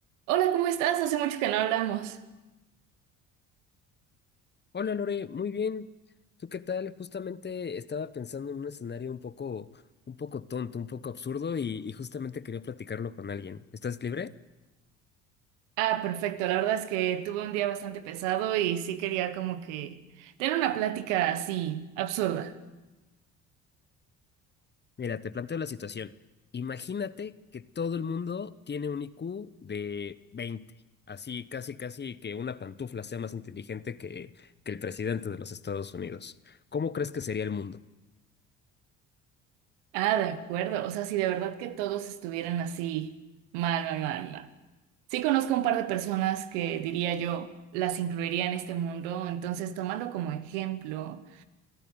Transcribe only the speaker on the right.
Hola, ¿cómo estás? Hace mucho que no hablamos.
Ah, perfecto. La verdad es que tuve un día bastante pesado y sí quería como que tener una plática así absurda.
Ah, de acuerdo. O sea, si de verdad que todos estuvieran así mal, mal, mal, mal. Sí conozco un par de personas que diría yo las incluiría en este mundo. Entonces, tomando como ejemplo,